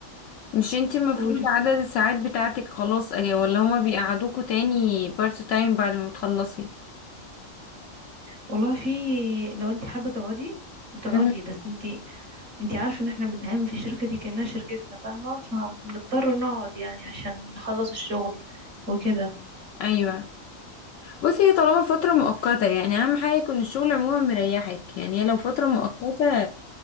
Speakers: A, on the left (about 75°); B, on the right (about 60°).
A: مش انتي المفروض
B: قولي
A: عدد الساعات بتاعتك خلاص ايه ولا هما بيقعدوكوا تاني بارت تايم بعد ما بتخلصي؟
B: والله في لو انت حابه تقعدي بتقعدي
A: مم.
B: بس انت انتي عارفة ان احنا بنتعامل في الشركة دي كأنها شركتنا فاهمة فبنضطر نقعد يعني عشان نخلص الشغل وكده
A: ايوه بصي هي طالما فترة مؤقتة يعني اهم حاجة يكون الشغل عموما مريحك يعني هي لو فترة مؤقتة